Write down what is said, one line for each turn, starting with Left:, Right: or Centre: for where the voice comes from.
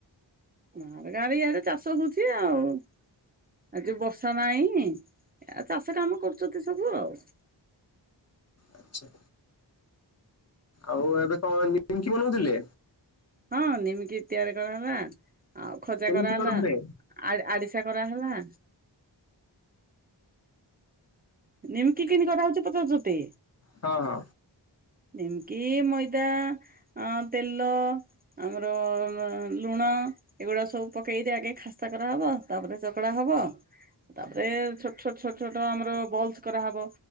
Right: ମାଁର ଗାଁରେ ଇଆଡେ ଚାଷ ହଉଛି ଆଉ ଆ ଯ ବର୍ଷା ନହିଁ ଆଉ ଚାଷ କାମ କରୁଚତି ସବୁ ଆଉ
Left: ଆଚ୍ଛା, ଆଉ ଏବେ କଣ ନିମକି ବନଉଥିଲେ?
Right: ହଁ ନିମକି ତିଆରି କରାହେଲା ଆଉ ଖଜା
Left: କେମିତି
Right: କରାହେଲା,
Left: କଣ ହୁଏ?
Right: ଆ ଆଡିଶା କରାହେଲା ନିଉ କିକିିନ୍ କରାହଉଚି ପଚାରଚତି
Left: ହଁ,
Right: ଯେମି କିି ମଇଦା ଅ ତେଲ, ଆମର ଲୁଣ ଏଗୁଡା ସବୁ ପକେଇଦି ଆଗେ ଖାସ୍ତା କରାହବ ତାପରେ ଚକଡା ହବ ତାପରେ ଛୋଟ ଛୋଟ ଛୋଟ ଛୋଟ ଆମର ବଲ୍ସ କରାହେବ